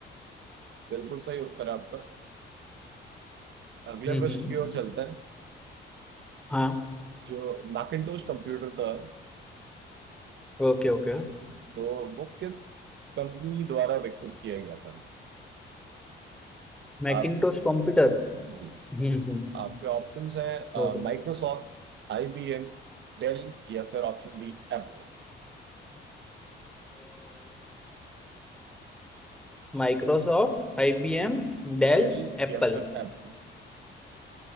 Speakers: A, on the right; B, in the centre.
A: बिल्कुल सही उत्तर है आपका अगले
B: हम्म
A: प्रश्न
B: हम्म
A: की ओर चलते हैं
B: हाँ
A: जो मैकिंटोश कंप्यूटर था
B: Okay okay
A: तो वो किस कंपनी द्वारा विकसित किया गया था
B: Macintosh
A: आप
B: computer
A: जी
B: हम्म हम्म
A: आपके ऑप्शंस हैं
B: Okay.
A: माइक्रोसॉफ्ट आईबीएम डेल या फिर ऑप्शन बी एप्पल
B: Microsoft IBM Dell
A: डेल
B: Apple
A: या फिर एप्पल